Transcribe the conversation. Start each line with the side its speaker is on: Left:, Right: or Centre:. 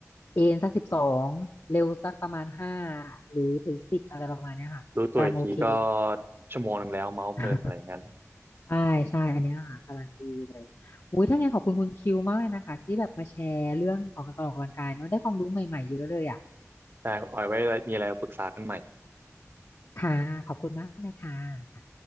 Left: เอนสักสิบสองเร็วสักประมาณห้าหรือถึงสิบอะไรประมาณเนี้ยค่ะกำลังโอเค
Right: รู้ตัวอีกทีก็ชั่วโมงหนึงแล้วเมาส์เพลินอะไรอย่างนั้น
Left: <laughs> ใช่ใช่อันเนี้ยค่ะกำลังดีเลยอุ้ยถ้าไงนขอบคุณคุณคิวมากเลยนะคะที่แบบมาแชร์เรื่องออกกำลังกายเนอะได้ความรู้ใหม่ๆเยอะเลยอ่ะ
Right: แต่คุณออยไว้มีอะไรปรึกษากันใหม่
Left: ค่ะขอบคุณมากเลยค่ะ